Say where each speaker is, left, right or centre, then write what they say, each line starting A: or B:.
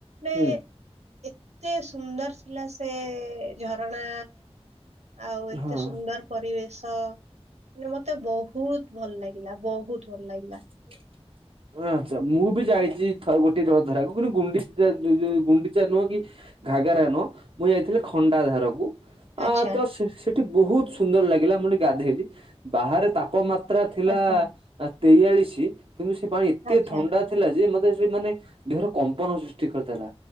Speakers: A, on the right (about 85°); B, on the right (about 55°).
A: ଏ
B: ହୁଁ
A: ଏତେ ସୁନ୍ଦର ଥିଲା ସେ ଝରଣା ଆଉ ଏତେ
B: ହଁ।
A: ସୁନ୍ଦର ପରିବେଶ, ମାନେ ମତେ ବହୁତ୍ ଭଲ ଲାଗିଲା, ବହୁତ୍ ଭଲ ଲାଗିଲା।
B: <inaudible> ଅଁ ଆଚ୍ଛା। ମୁଁ ବି ଯାଇଚି ଥ ଗୋଟେ ଜଳଧାରାକୁ କିନ୍ତୁ ଗୁଣ୍ଡିଚା ଯୋଉ ଗୁଣ୍ଡିଚା ନୁହଁ କି ଘାଗରା ନୁହଁ। ମୁଁ ଯାଇଥିଲି ଖଣ୍ଡାଧାରକୁ। ଆ
A: ଆଚ୍ଛା।
B: ତ ସେ ସେଠି ବହୁତ ସୁନ୍ଦର ଲାଗିଲା ମୁଁ ସେଠି ଗାଧେଇଲି। ବାହାରେ ତାପମା ତ୍ରା ଥିଲା
A: ଆଚ୍ଛା
B: ତେୟାଳିଶ, କିନ୍ତୁ ସେ ପାଣି ଏତେ
A: ଆଚ୍ଛା
B: ଥଣ୍ଡା ଥିଲା ଯେ ମତେ ସେ ମାନେ ଦେହର କମ୍ପନ ସୃଷ୍ଟି କରିଦେଲା।